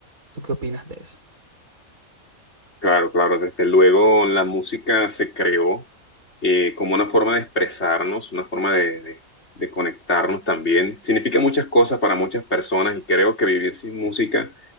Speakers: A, on the right; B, on the left.
A: ¿Tú qué opinas de eso?
B: Claro, claro, desde luego la música se creó eh, como una forma de expresarnos, una forma de, de de conectarnos también. Significa muchas cosas para muchas personas y creo que vivir sin música